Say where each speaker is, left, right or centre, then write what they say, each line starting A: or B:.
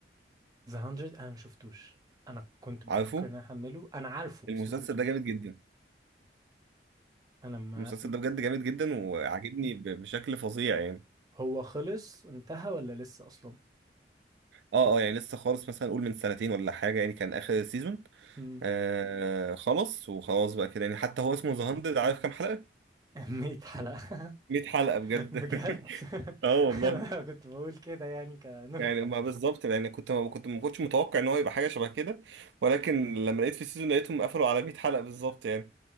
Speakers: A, on the right; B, on the right.
A: ذا هاندرد أنا ما شفتوش أنا كنت بفكر
B: عارفه
A: إن أنا أحمله أنا عارفه
B: المسلسل
A: بس ما شفتوش
B: ده جامد جدا
A: أنا ما
B: المسلسل
A: مم.
B: ده بجد جامد جدا وعاجبني
A: مم.
B: ب- بشكل فظيع يعني
A: هو خلص انتهى ولا لسه أصلا؟
B: اه اه يعني لسه خالص مثلا قول من سنتين ولا حاجه يعني كان اخر سيزون
A: مم.
B: آه خلص وخلاص بقى كده يعني حتى هو اسمه ذا 100 عارف كام حلقه
A: <laughs> 100 حلقة
B: 100 حلقه
A: <laughs>
B: بجد
A: بجد
B: <laughs>
A: <laughs>
B: اه والله
A: أنا كنت بقول كده يعني كنكتة
B: يعني ما بالظبط يعني كنت ما كنت ما كنتش متوقع ان هو يبقى حاجه شبه كده ولكن لما لقيت في السيزون لقيتهم قفلوا على 100 حلقه بالظبط يعني